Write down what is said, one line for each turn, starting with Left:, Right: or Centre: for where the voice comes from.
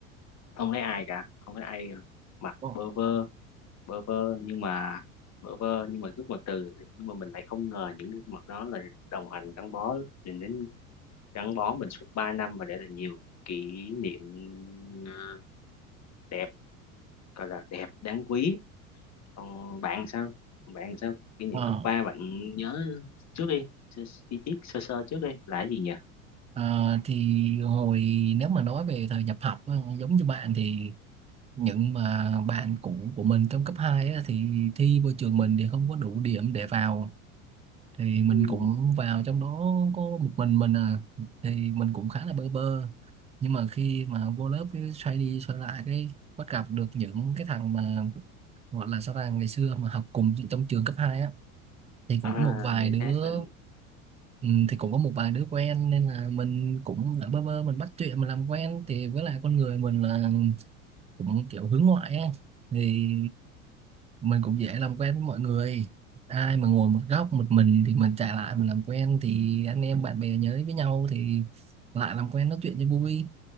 Left: không thấy ai cả không thấy ai mặc
Right: Ồ,
Left: bơ vơ bơ vơ nhưng mà bơ vơ nhưng mà gương mặt từ nhưng mà mình lại không ngờ những gương mặt đó là đồng hành gắn bó mình đến gắn bó mình suốt ba năm và để lại nhiều kỷ niệm ờ, đẹp gọi là đẹp đáng quý còn bạn sao bạn sao kỷ niệm
Right: Ờ,
Left: cấp 3 bạn nhớ trước đi sơ, chi tiết sơ sơ trước đi là cái gì nhỉ
Right: à, thì hồi nếu mà nói về thời nhập học á, giống như bạn thì những mà bạn cũ của mình trong cấp 2 á, thì thi vô trường mình thì không có đủ điểm để vào thì mình
Left: ừ.
Right: cũng vào trong đó có một mình mình à thì mình cũng khá là bơ vơ nhưng mà khi mà vô lớp cái xoay đi xoay lại cái bắt gặp được những cái thằng mà gọi là sao ta ngày xưa mà học cùng trong trường cấp 2 á thì cũng
Left: à
Right: có một vài
Left: vậy
Right: đứa
Left: thế mình
Right: ừ, thì cũng có một vài đứa quen nên là mình cũng đã bơ vơ mình bắt chuyện mình làm quen thì với lại con người mình là cũng kiểu hướng ngoại ấy. thì mình cũng dễ làm quen với mọi người ai mà ngồi một góc một mình thì mình chạy lại mình làm quen thì anh em bạn bè nhớ với nhau thì lại làm quen nói chuyện cho vui